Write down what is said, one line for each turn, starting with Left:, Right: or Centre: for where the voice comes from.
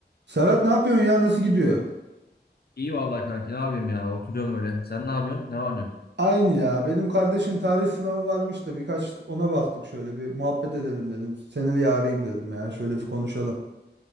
Right: Serhat ne yapıyorsun ya? Nasıl gidiyor?
Left: İyi vallahi kanki ne yapayım ya oturuyorum öyle. Sen ne yapıyorsun? Ne var ne yok?
Right: Aynı ya. Benim kardeşin tarih sınavı varmış da birkaç ona baktık şöyle bir muhabbet edelim dedim. Seni bir arayayım dedim ya. Şöyle bir konuşalım.